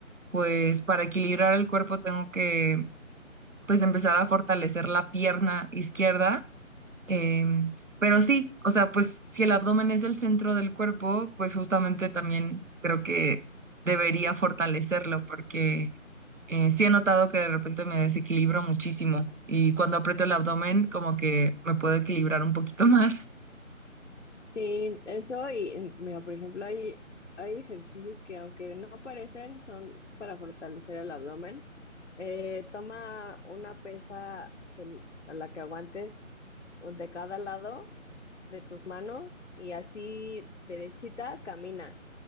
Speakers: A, on the right (about 65°); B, on the left (about 55°).
A: pues para equilibrar el cuerpo tengo que pues empezar a fortalecer la pierna izquierda, em, pero sí, o sea, pues si el abdomen es el centro del cuerpo, pues justamente también creo que debería fortalecerlo porque eh, sí he notado que de repente me desequilibro muchísimo y cuando aprieto el abdomen como que me puedo equilibrar un poquito <laughs> más.
B: Sí, eso y em, mira, por ejemplo, hay, hay ejercicios que aunque no parecen, son para fortalecer el abdomen. Eh, toma una pesa del, o sea, la que aguantes o de cada lado de tus manos y así derechita camina.